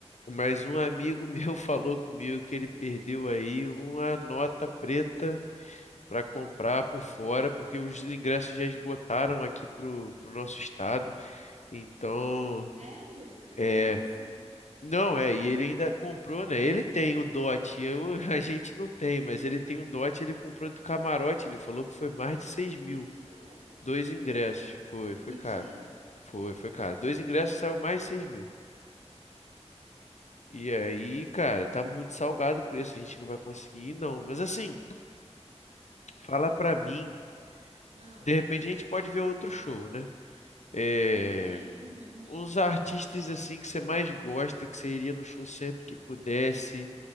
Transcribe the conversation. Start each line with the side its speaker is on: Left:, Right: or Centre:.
Left: Mas um amigo meu <laughs> falou comigo que ele perdeu aí uma nota preta para comprar por fora, porque os ingressos já esgotaram aqui pro, pro nosso estado. Então,
Right: Sério? Deve
Left: é.
Right: estar um absurdo.
Left: Não, é, e ele ainda comprou, né? Ele tem o dote, eu, <laughs> a gente não tem, mas ele tem o dote, ele comprou do camarote, ele falou que foi mais de seis mil,
Right: Mentira.
Left: dois ingressos, foi, foi
Right: Mentira.
Left: caro, foi, foi caro, dois ingressos saiu mais de 6 mil, e aí, cara, tá muito salgado o preço, a gente não vai conseguir ir, não, mas assim, fala pra mim,
Right: Ah,
Left: de repente a gente pode ver outro show, né? É,
Right: bem, pelo menos.
Left: os artistas assim que você mais gosta, que você iria no show sempre que pudesse,